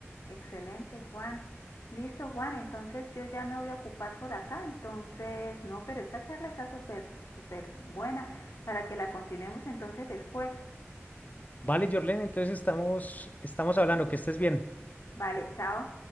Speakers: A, on the left (about 80°); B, on the left (about 35°).
A: excelente, Juan. Listo, Juan, entonces yo ya me voy a ocupar por acá. Entonces, no, pero esta charla está súper, súper buena para que la continuemos entonces después.
B: Vale, Jorlen, entonces estamos, estamos hablando, que estés bien.
A: Vale, chao.